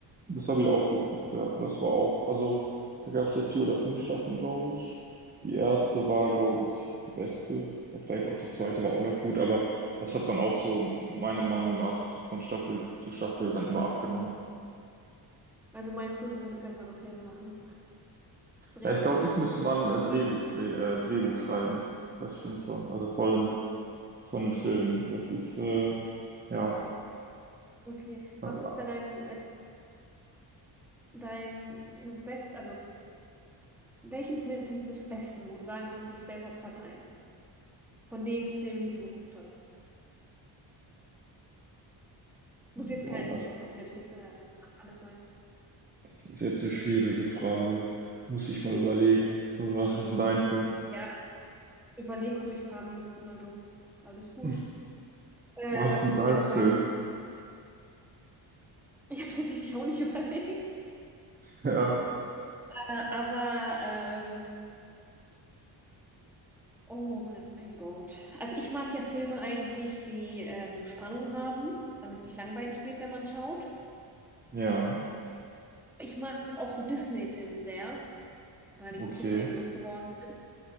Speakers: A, on the right; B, in the centre.
A: Das habe ich auch geguckt, ja. Und das war auch, also da gab es ja vier oder fünf Staffeln, glaube ich. Die erste war,
B: Ja.
A: glaube ich, die beste. Ja, Vielleicht auch die zweite war auch noch gut, aber das hat dann auch so meiner Meinung nach von Staffel zu Staffel dann immer abgenommen.
B: Also meinst du, du könntest bessere Filme machen? Drehen?
A: Ja, ich glaube, ich müsste mal ein äh, Drehbuch, Dreh, äh, Drehbuch schreiben. Das stimmt schon. Also vor allem von einem Film. Das ist, äh, ja,
B: Okay.
A: äh,
B: Was ist denn dein, äh, dein Best, also Welchen Film findest du am besten, wo du sagen kannst, dass der ist auf Platz eins Von den Filmen, die du geguckt hast. Muss
A: boah,
B: jetzt kein
A: das,
B: nichts auf Netflix sein, also kann alles sein.
A: das ist jetzt eine schwierige Frage. Muss ich mal überlegen. Was ist denn dein Film?
B: Ja, überleg ruhig ein paar Minuten, also alles gut.
A: <laughs>
B: Ähm,
A: Was ist denn dein
B: also
A: Film?
B: bei mir, <laughs> ich habe tatsächlich auch nicht <laughs> überlegt.
A: Ja,
B: Äh, Aber, ähm, oh mein Gott. Also ich mag ja Filme eigentlich, die ähm, so Spannung haben, damit es nicht langweilig wird, wenn man schaut.
A: ja,
B: Ich mag auch so Disney-Filme sehr, weil ich
A: okay.
B: mit Disney groß geworden